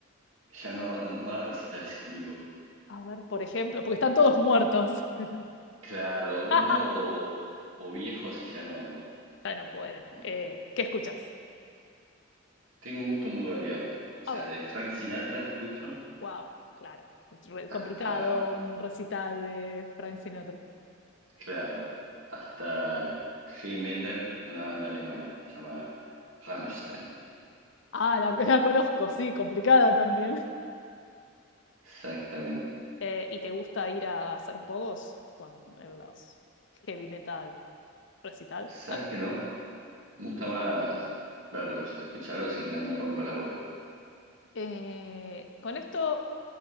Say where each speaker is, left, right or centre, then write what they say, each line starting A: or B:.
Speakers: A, on the right; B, on the left.
A: ya no, no da recitales en vivo.
B: A ver, por ejemplo, porque están todos muertos. <laughs>
A: Claro, como
B: <laughs>
A: o, o viejos y ya no,
B: Ya no pueden.
A: no.
B: Eh, ¿qué escuchas?
A: Tengo un gusto muy variado. O sea,
B: A ver,
A: desde Frank Sinatra escucho
B: wow, claro. Re-
A: hasta,
B: Complicado, un recital de Frank Sinatra.
A: claro, hasta heavy metal, una banda alemana, se llama Rammstein.
B: Ah, la, la conozco, sí, complicada también.
A: Exactamente.
B: Eh, ¿y te gusta ir a hacer pogos cuando, en los heavy metal recital?
A: ¿Sabes
B: Ah,
A: qué no? Me gusta
B: bien.
A: más verlos, escucharlos y que nadie me rompa las bolas.
B: Eh, con esto